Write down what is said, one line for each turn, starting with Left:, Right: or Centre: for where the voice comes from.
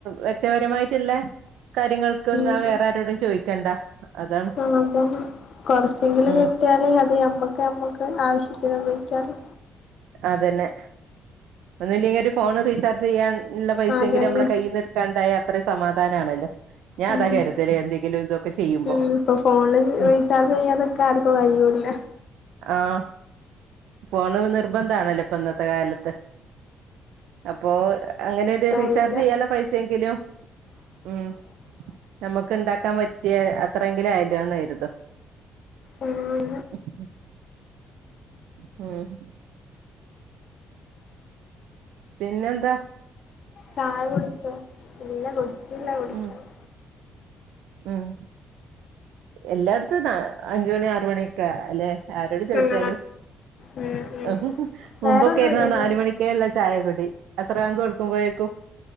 Right: വ്യക്തിപരമായിട്ടുള്ള കാര്യങ്ങൾക്ക്ന്ന
Left: ഉം
Right: വേറെ ആരോടും ചോയിക്കണ്ട അതാണ്
Left: അതാണ് കൊറച്ചെങ്കിലും
Right: ഉം
Left: കിട്ട്യാല് അത് ഞമ്മക്ക് ഞമ്മക്ക് ആവശ്യത്തിന് ഉപയോഗിക്കാലോ
Right: അതന്നെ ഒന്നുല്ലെങ്കിൽ ഒരു ഫോൺ റീചാർജ് ചെയ്യാാന്ള്ള പൈസെങ്കിലും
Left: അതന്നെ
Right: നമ്മള് കയ്യിൽന്ന് കണ്ടായ അത്ര സമാധാനമാണല്ലോ ഞാൻ
Left: ഉം
Right: അതാ കരുതല് എന്തെങ്കിലും തൊക്കെ ചെയ്യുമ്പോ
Left: ഉം ഇപ്പൊ ഫോണിൽ
Right: ഉം
Left: റീചാർജ് ചെയ്യാതക്ക ആർക്കും കഴിയൂല്ല
Right: ആഹ് ഫോണ് നിർബന്ധ ആണല്ലോ ഇപ്പൊ ഇന്നത്തെ കാലത്ത് അപ്പോ അങ്ങനൊരു റീചാർജ്
Left: ല്ല
Right: ചെയ്യാന പൈസയെങ്കിലും
Left: <inaudible>
Right: ഉം നമുക്ക് ഉണ്ടാക്കാ പറ്റിയ അത്രയെങ്കിലും ആയല്ലോന്നരുതും
Left: ഉം
Right: ഹ് ഹ് ഹും ഹ് ഹും പിന്നെന്താ
Left: ചായ കുടിച്ചോ ഇല്ല കുടിച്ചില്ല കുടിക്കണം
Right: ഉം ഉം എല്ലാടത്തുംന അഞ്ചുമണി ആറ് മണിയൊക്കെ അല്ലെ ആരോട് ചോദിച്ചാലുംഹ്
Left: ഉം ഉം ഉം
Right: ഹ് ഹും മുമ്പൊക്കെ
Left: വേറൊന്നുല്ലല്ലോ
Right: ആരുന്നു നാല് മണി ക്കെ ഇള്ള ചായകുടി അസ്രാങ്കൊടുക്കുമ്പോഴേക്കും